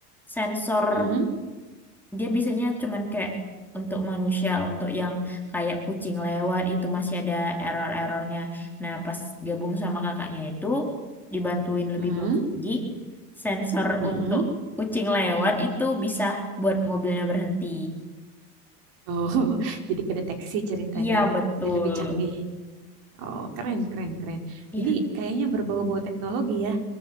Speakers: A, in the centre; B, on the right.
A: sensor
B: mm-mm,
A: dia biasanya cuman kayak untuk manusia, untuk yang kayak kucing lewat itu masih ada error-errornya. Nah, pas gabung sama kakaknya itu dibantuin lebih
B: mm-mm,
A: bagus lagi, sensor
B: mm-mm.
A: untuk kucing lewat itu bisa buat mobilnya berhenti.
B: Oh, <laughs> jadi kedeteksi ceritanya.
A: Iya, betul.
B: Jadi lebih canggih. Oh, keren, keren, keren.
A: Iya,
B: Ini kayaknya berbau-bau teknologi ya.